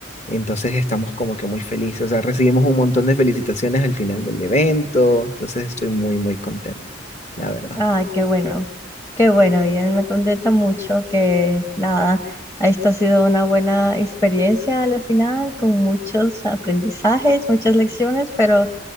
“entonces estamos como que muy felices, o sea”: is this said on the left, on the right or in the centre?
Left